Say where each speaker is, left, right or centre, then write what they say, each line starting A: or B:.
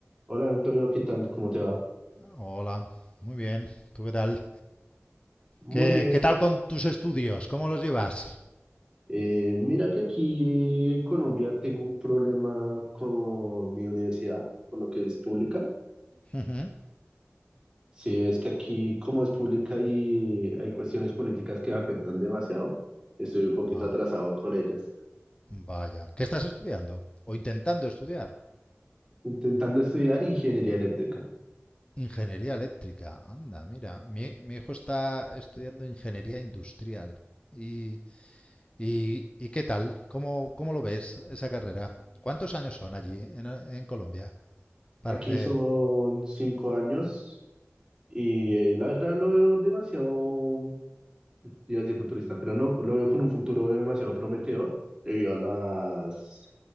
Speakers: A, on the right; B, on the left.
A: Hola Antonio, ¿qué tal? ¿Cómo te va?
B: Hola, muy bien. ¿Tú qué tal?
A: Muy
B: ¿Qué,
A: bien.
B: qué tal con tus estudios? ¿Cómo los llevas?
A: Eh, mira que aquí en Colombia tengo un problema con mi universidad, por lo que es pública.
B: Ujú.
A: Sí, es que aquí como es pública y hay cuestiones políticas que afectan demasiado, estoy un poquito
B: Ah,
A: atrasado con ellas.
B: vaya. ¿Qué estás estudiando? ¿O intentando estudiar?
A: Intentando estudiar ingeniería eléctrica.
B: Ingeniería eléctrica. Anda, mira. Mi, mi hijo está estudiando ingeniería industrial. ¿Y, y- y qué tal? ¿Cómo, cómo lo ves esa carrera? ¿Cuántos años son allí en, en Colombia para
A: Aquí
B: hacer...
A: son cinco años y eh, la verdad lo veo demasiado iba a decir futurista, pero no, lo veo con un futuro demasiado prometedor debido a las,